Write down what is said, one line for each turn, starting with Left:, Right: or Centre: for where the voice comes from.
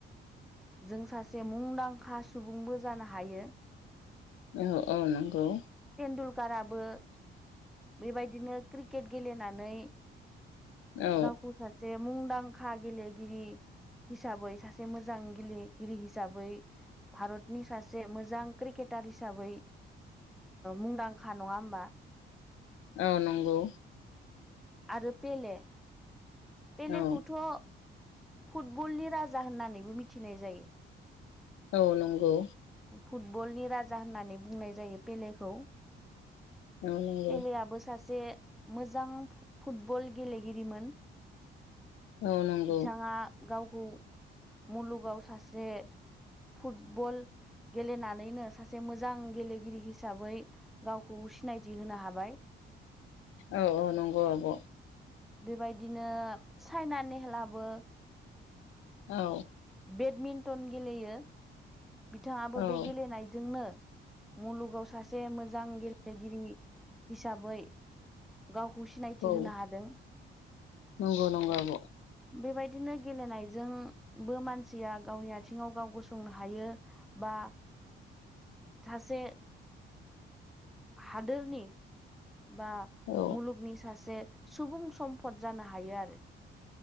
Centre: जों सासे मुंदांखा सुबुंबो जानो हायो
Left: औ-औ नंगौ
Centre: टेन्दुलकाराबो बेबायदिनो क्रिकेट गेलेनानै
Left: औ
Centre: गावखौ सासे मुंदांखा गेलेगिरि हिसाबै सासे मोजां गेलेगिरि हिसाबै भारतनि सासे मोजां क्रिकेटार हिसाबै मुंदांखा नङा होमबा
Left: औ नंगौ
Centre: आरो पले पेलेखौथ'
Left: औ
Centre: फुटबलनि राजा होननानैबो मिथिनाय जायो
Left: औ नंगौ
Centre: फुटबलनि राजा होननानै बुंनाय जायो पेलेखौ
Left: औ नंगौ
Centre: पेलेयाबो सासे मोजां फुटबल गेलेगिरिमोन
Left: औ नंगौ
Centre: बिथाङा गावखौ मुलुगाव सासे फुटबल गेलेनानैनो सासे मोजां गेलेगिरि हिसाबै गावखौ सिनायथि होनो हाबाय
Left: औ औ नंगौ आब'
Centre: बेबायदिनो चाइना नेहलाबो
Left: औ
Centre: बेडमिन्टन गेलेयो बिथांङाबो
Left: औ
Centre: बे गेलेनायजोंनो मुलुगाव सासे मोजां गेलेगिरि हिसाबै गावखौ सिनायथि होनो
Left: औ
Centre: हादों।
Left: नंगौ नंगौ आब
Centre: बेबायदिनो गेलेनायजोंबो मानसिया गावनि आथिंङाव गाव गसंनो हायो। बा सासे हादोरनि बा
Left: औ
Centre: मुलुगनि सासे सुबुं सम्फद जानो हायो आरो